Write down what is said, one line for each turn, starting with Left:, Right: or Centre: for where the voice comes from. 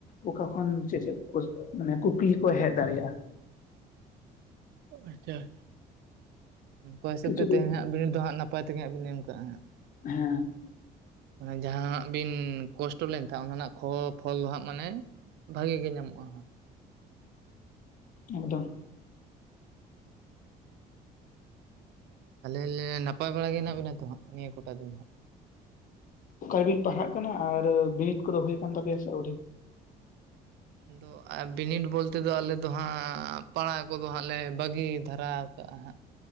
Left: ᱚᱠᱟ ᱠᱷᱚᱱ ᱪᱮᱫ ᱪᱮᱫ ᱠᱚ ᱢᱟᱱᱮ ᱠᱩᱠᱞᱤ ᱠᱚ ᱦᱮᱡ ᱫᱟᱲᱮᱭᱟᱜᱼᱟ᱾
Right: ᱟᱪᱪᱷᱟ ᱟᱪᱷᱟ ᱚᱱᱠᱟ ᱦᱤᱥᱟᱹᱵ
Left: ᱠᱤᱪᱷᱩ
Right: ᱛᱮ
Left: ᱫᱤᱱ
Right: ᱛᱮᱦᱮᱧᱜ ᱵᱤᱱ ᱫᱚ ᱦᱟᱸᱜ ᱱᱟᱯᱟᱭ ᱛᱮᱜᱮ ᱦᱟᱸᱜ ᱵᱤᱱ ᱮᱢ ᱠᱟᱜᱼᱟ ᱦᱟᱸᱜ᱾
Left: ᱦᱮᱸ
Right: ᱢᱟᱱᱮ ᱡᱟᱦᱟᱸᱱᱟᱜ ᱵᱤᱱ ᱠᱚᱥᱴᱚ ᱞᱮᱱ ᱛᱟᱦᱮᱸ ᱚᱱᱟ ᱨᱮᱱᱟᱜ ᱯᱷᱚᱞ ᱫᱚ ᱦᱟᱸᱜ ᱢᱟᱱᱮ ᱵᱷᱟᱜᱤ ᱜᱮ ᱧᱟᱢᱚᱜᱼᱟ᱾
Left: ᱮᱫᱚᱢ
Right: <inaudible> ᱟᱞᱮ ᱱᱟᱯᱟᱭ ᱵᱟᱲᱟ ᱜᱮ ᱦᱮᱱᱟᱜ ᱵᱮᱱᱟ ᱛᱚ ᱦᱜ ᱱᱤᱭᱟᱹ ᱠᱚᱴᱟ ᱫᱤᱱ ᱫᱚ ᱦᱟᱸᱜ?
Left: ᱚᱠᱟᱨᱮᱵᱤᱱ ᱯᱟᱲᱦᱟᱜ ᱠᱟᱱᱟ ᱟᱨ ᱵᱤᱱᱤᱰ ᱠᱚᱫᱚ ᱦᱩᱭ ᱟᱠ ᱛᱟᱯᱮᱭᱟ ᱥᱮ ᱟᱹᱣᱨᱤ?
Right: ᱫᱚ ᱟᱨ ᱵᱤᱱᱤᱰ ᱵᱚᱞᱛᱮᱫᱚ ᱟᱞᱮᱫ ᱫᱚ ᱦᱟᱸᱜ ᱯᱟᱲᱟ ᱠᱚᱫᱚ ᱦᱟᱸᱜ ᱞᱮ ᱵᱟᱹᱜᱤ ᱫᱷᱟᱨᱟ ᱠᱟᱜᱼᱟ ᱦᱟᱸᱜ᱾